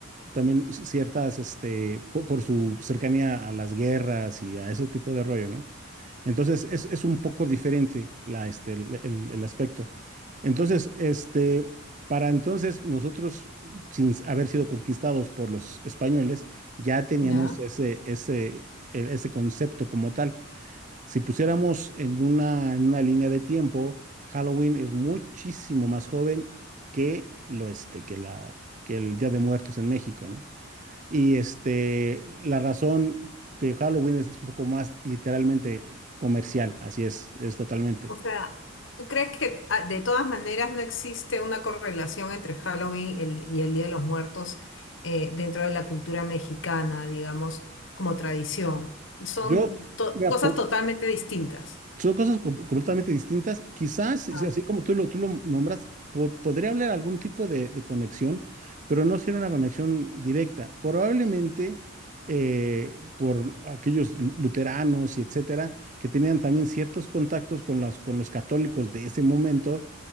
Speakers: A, on the right (about 35°); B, on the left (about 60°).
A: también ciertas, este, po- por su cercanía a las guerras y a ese tipo de rollo, ¿no? Entonces es, es un poco diferente la, este, el, el- el aspecto. Entonces, este, para entonces nosotros, sin haber sido conquistados por los españoles, ya teníamos
B: ¿ya?
A: ese, ese, e- ese concepto como tal. Si pusiéramos en una, en una línea de tiempo, Halloween es muchísimo más joven que lo este, que la, que el Día de Muertos en México, ¿no? Y este, la razón de Halloween es un poco más literalmente comercial, así es, es totalmente.
B: O sea, ¿tú crees que ah, de todas maneras no existe una correlación entre Halloween el- y el Día de los Muertos eh, dentro de la cultura mexicana, digamos, como tradición? Son
A: Yo,
B: to-
A: mira,
B: cosas
A: po-
B: totalmente distintas.
A: son cosas com- completamente distintas. Quizás, si-
B: Ah,
A: si así como tú lo, tú lo nombras, po- podría haber algún tipo de, de conexión, pero no ser una conexión directa. Probablemente eh, por aquellos lu- luteranos y etcétera, que tenían también ciertos contactos con las, con los católicos de ese momento